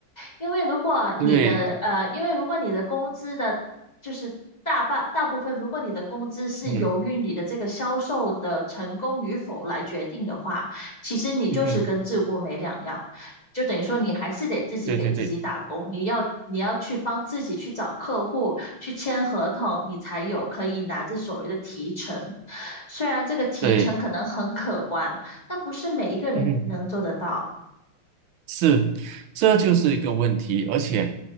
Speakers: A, on the left (about 20°); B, on the right (about 85°).
A: 因为如果你的呃，
B: 对，
A: 因为如果你的工资的，就是大半大部分，如果你的工资是由于你的这个销售的成功与否来决定的话，
B: 嗯
A: 其实你就是跟自雇没两样。
B: 嗯哼，
A: 就等于说你还是得自己给自己打工，
B: 对对对
A: 你要你要去帮自己去找客户，去签合同，你才有可以拿着所谓的提成。虽然这个提成可能很可观，
B: 对，
A: 但不是每一个人能做得到。
B: 嗯哼。是，这就是一个问题，而且，